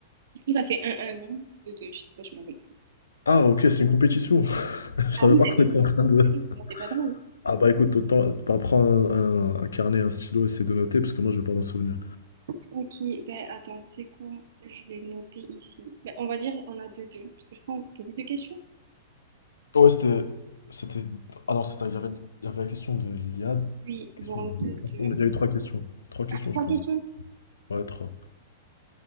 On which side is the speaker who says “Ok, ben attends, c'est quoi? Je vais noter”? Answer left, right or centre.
Right